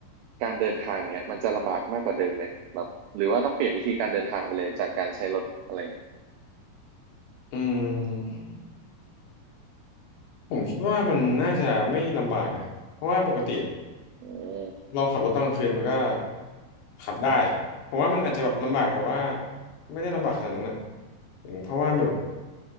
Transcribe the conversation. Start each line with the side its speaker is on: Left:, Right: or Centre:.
Right: การเดินทางเนี้ยมันจะลำบากมากกว่าเดิมไหมแบบหรือว่าต้องเปลี่ยนวิธีการเดินทางไปเลยจากการใช้รถอะไรเงี้ย
Left: อืม ผมคิดว่ามันน่าจะไม่ลำบากนะเพราะว่าปกติ
Right: อืม
Left: เราขับรถตอนกลางคืนมันก็ขับได้เพราะว่ามันอาจจะแบบลำบากแต่ว่าไม่ได้ลำบากขนาดนั้นอ่ะอย่างเพราะว่ามันแบบ